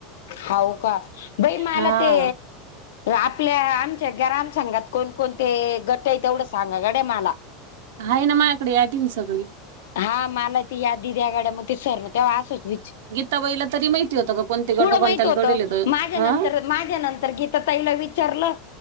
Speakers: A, on the left (about 85°); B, on the right (about 75°).
A: हाव का बाई मला
B: हा
A: ते. आपल्या आमच्या ग्राम संघात कोणकोणते गट ए तेवढं सांगा गडे मला.
B: हाय ना माझ्याकडं यादी म सगळी.
A: हा मला ती यादी द्या गड्या म ती सर बी तेव्हा असंच विच
B: तवा हिला तरी माहिती होतं का कोणते गट
A: कुडं
B: कोणत्याला
A: माहित होतं
B: तोडेल
A: माझ्या
B: हा
A: नंतर माझ्या नंतर गीता ताईला विचारलं.